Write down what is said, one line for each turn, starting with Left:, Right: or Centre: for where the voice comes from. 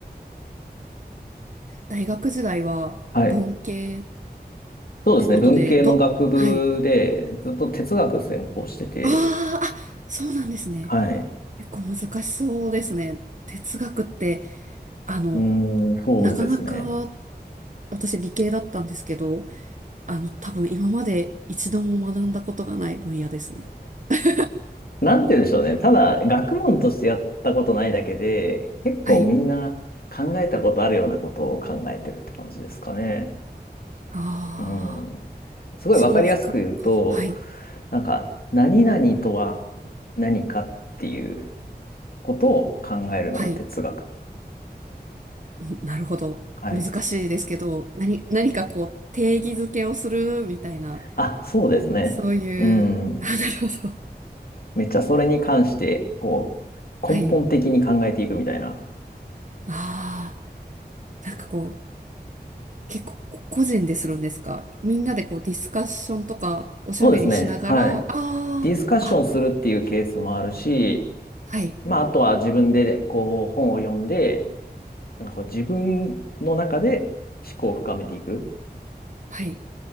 Right: 大学時代は文系っ
Left: はい。そうですね。
Right: てことで、
Left: 文系の学部で、
Right: ど、はい。
Left: ずっと哲学専攻してて、
Right: あーあ、そうなんですね。
Left: はい。
Right: 結構難しそうですね。哲学って、あの、
Left: うーん、そうですね。
Right: なかなか私理系だったんですけど、あの、多分今まで一度も学んだことがない分野ですね。<laughs>
Left: なんて言うんでしょうね。ただ、学問としてやったことないだけで、結構みんな考えたことあるようなことを考えてるって感じですかね。
Right: はい。ああ、
Left: うん。すごいわかりやすく言うと、
Right: その服、こはい。
Left: なんか、何々とは何かっていうことを考えるのが哲学。
Right: はい。うんなるほど。
Left: はい。
Right: 難しいですけど、何、何かこう、定義づけをするみたいな、
Left: あ、そうですね。
Right: そういう、
Left: うん。
Right: あ、なるほど。
Left: めっちゃそれに関して、こう、
Right: はい。
Left: 根本的に考えていくみたいな。
Right: ああ、なんかこう、結構こ個人でするんですかみんなでこう、ディスカッションとか、おしゃべりしながら、
Left: そうですね。はい。
Right: ああ、
Left: ディスカッションするっていうケースもあるし、
Right: あ、はい、
Left: まあ、あとは自分でこう本を読んで、なんかこう自分の中で思考を深めていく
Right: はい。